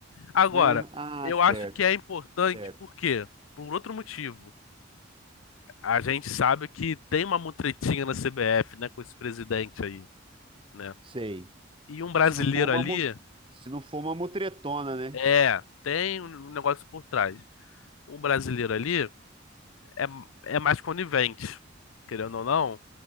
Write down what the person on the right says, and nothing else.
Aham. Ah,
certo,
certo.
Sei.
Se não for uma,
mu- se não for uma mutretona, né?